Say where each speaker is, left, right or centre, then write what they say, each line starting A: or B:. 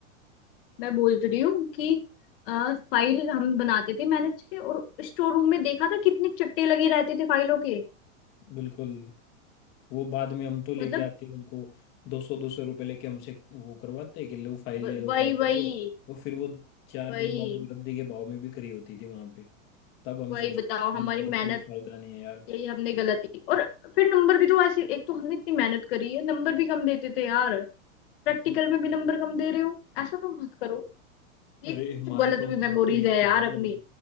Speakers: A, on the left (about 45°); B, on the left (about 30°).
A: मैं बोल तो रही हूँ कि अ, फाइल हम बनाते थे मैनेज से और स्टोर रूम में देखा था कितने चट्टे लगे रहते थे फाइलों के
B: बिल्कुल वो बाद में हम तो लेके
A: मतलब
B: आते उनको दो सौ दो सौ रुपये लेके हमसे वो करवाते कि लो फाइल
A: व-
B: ले लो
A: वही
B: फाइल ले
A: वही
B: लो और फिर वो चार
A: वही
B: दिन बाद वो रद्दी के भाव में बिक्री होती थी वहां पे तब हम
A: वही
B: सोचते
A: बताओ
B: थे, यार
A: हमारी
B: इनका
A: मेहनत
B: तो कोई फायदा नहीं है यार
A: यही हमने गलती और फिर नंबर भी तो ऐसे एक तो हमने इतनी मेहनत करी है नंबर भी कम देते थे यार प्रैक्टिकल में भी नंबर कम दे रहे हो ऐसा तो मत करो ये
B: अरे
A: कुछ
B: हमारे
A: गलत
B: तो मतलब
A: भी मेमोरीज
B: ठीक
A: है यार
B: थे मतलब
A: अपनी